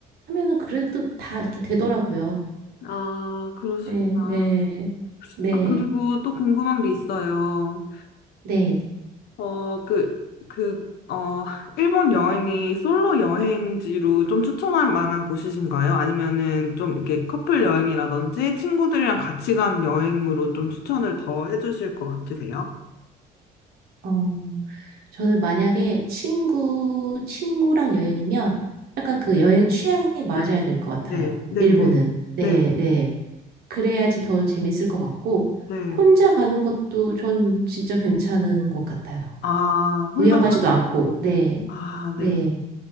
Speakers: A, on the right; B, on the left.
A: 하면은 그래도 다 이렇게 되더라고요.
B: 아, 그러시구나.
A: 네, 네, 네,
B: 아, 그리고 또 궁금한 게 있어요.
A: 네.
B: 어, 그, 그, 어, 일본 여행이 솔로 여행지로 좀 추천할 만한 곳이신가요? 아니면은 좀 이렇게 커플 여행이라든지 친구들이랑 같이 간 여행으로 좀 추천을 더 해주실 것 같으세요?
A: 어, 저는 만약에 친구, 친구랑 여행이면 약간 그 여행 취향이 맞아야
B: 네,
A: 될 것 같아요.
B: 네, 네,
A: 일본은.
B: 네,
A: 네,
B: 네,
A: 네. 그래야지 더 재밌을 것 같고,
B: 네.
A: 혼자 가는 것도 전 진짜 괜찮은 것 같아요.
B: 아, 혼자
A: 위험하지도
B: 가는
A: 않고,
B: 것도.
A: 네,
B: 아,
A: 네.
B: 네.